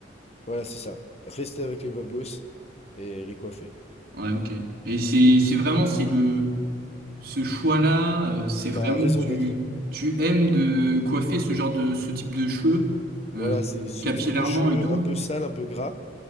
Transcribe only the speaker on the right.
Ouais, ok. Et c'est c'est vraiment c'est le ce choix-là, euh, c'est
vraiment
que tu
tu aimes
de coiffer ce genre de ce type de cheveux euh,
capillairement
et tout.